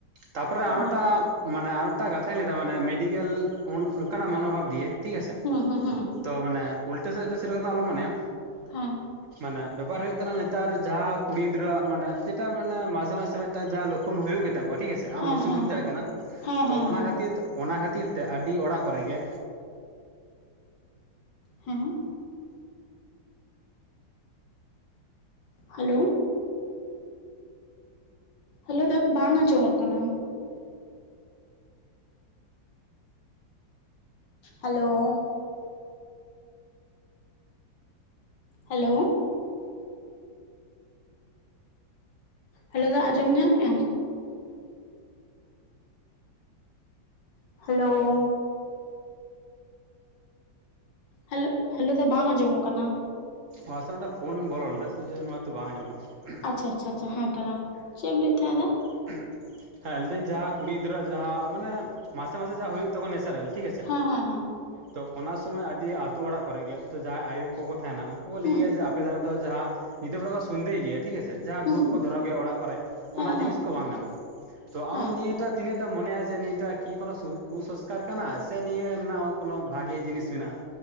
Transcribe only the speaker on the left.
ᱚᱱᱟ
ᱦᱩᱸ ᱦᱩᱸ ᱦᱩᱸ
ᱦᱮᱸ
ᱦᱮᱸ
ᱦᱮᱸ
ᱦᱮᱸ
ᱦᱮᱸ
ᱦᱮᱸ
ᱦᱮᱸ
ᱦᱮᱸ ᱦᱟᱞᱚ ᱦᱟᱞᱚ ᱫᱟ ᱵᱟᱝ ᱟᱸᱡᱚᱢᱚᱜ ᱠᱟᱱᱟ ᱦᱟᱞᱚ ᱦᱟᱞᱚ ᱦᱮᱞᱳ ᱫᱟ ᱟᱸᱡᱚᱢ ᱧᱟᱢᱮᱜ-ᱟᱢ ᱦᱟᱞᱚ ᱦᱟᱞᱚ ᱦᱟᱞᱚ ᱫᱟ ᱵᱟᱝ ᱟᱸᱡᱚᱢᱚᱜ ᱠᱟᱱᱟ
ᱟᱪ ᱪᱷᱟ ᱟᱪ ᱪᱷᱟ ᱟᱪ ᱪᱷᱟ ᱦᱮᱸ ᱫᱟᱫᱟ ᱪᱮᱫ ᱮᱢ ᱞᱟᱹᱭᱮᱫ ᱛᱟᱦᱮᱸᱜ-ᱟ ᱫᱟ
ᱦᱮᱸ ᱦᱮᱸ ᱦᱮᱸ
ᱦᱩᱸ
ᱦᱩᱸ
ᱦᱮᱸ
ᱦᱮᱸ
ᱦᱮᱸ